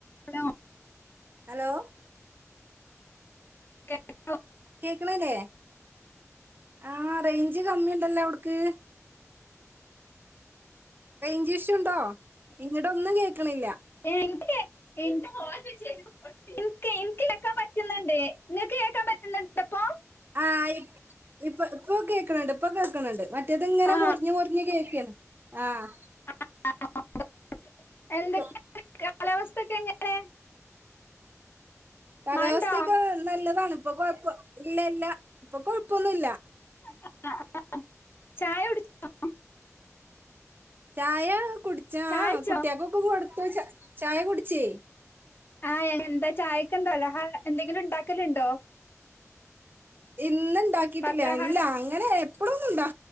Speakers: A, on the left (about 45°); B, on the right (about 40°).
A: ഹലോ
B: ഹലോ
A: <unintelligible>
B: കേക്കണില്ലേ ആ റേഞ്ച് കമ്മിയുണ്ടല്ലോ അവിട്ക്ക് റേഞ്ച് ഇഷ്യു ഉണ്ടോ ഇങ്ങട് ഒന്നും കേക്ണില്ല.
A: എനിക്ക് <unintelligible> ഇൻക്ക് ഇൻക്ക് കേക്കാൻ പറ്റുന്നുണ്ട് ഇങ്ങക്ക് കേക്കാൻ പറ്റുന്നുണ്ടപ്പോ?
B: ആ ഇ ഇപ്പൊ ഇപ്പൊ കേക്ണണ്ട് ഇപ്പൊ കേൾക്കണണ്ട്. മറ്റേത് ഇങ്ങനെ
A: ആ
B: മുറിഞ്ഞ് മുറിഞ്ഞ് കേക്കേന്ന് ആഹ്
A: <unintelligible> <unintelligible> എന്തൊ
B: ഇപ്പൊ
A: <unintelligible> കാലാവസ്ഥ ഒക്കെ എങ്ങനെ
B: കാലാവസ്ഥയൊക്കെ
A: മഴണ്ടോ
B: നൽ നല്ലതാണ്. ഇപ്പൊ കൊഴപ്പൊ ഇല്ല ഇല്ല ഇപ്പൊ കൊഴപ്പൊന്നുവില്ല.
A: <unintelligible> ചായ കുടി <unintelligible>
B: ചായ കുടിച്ചാ
A: ചായ കുടിച്ചോ
B: കുട്ടികക്കൊക്കെ കൊടു ത്തു ചാ ചായ കുടിച്ചി
A: ആ എന്താ ചായക്ക് എന്താ പലഹാ എന്തെങ്കിലും ഉണ്ടാക്കലുണ്ടോ?
B: ഇന്ന് ഇണ്ടാക്കീട്ടില്ല
A: പലഹാരം
B: ഇല്ല അങ്ങനെ എപ്പളുമൊന്നും ഇണ്ടാ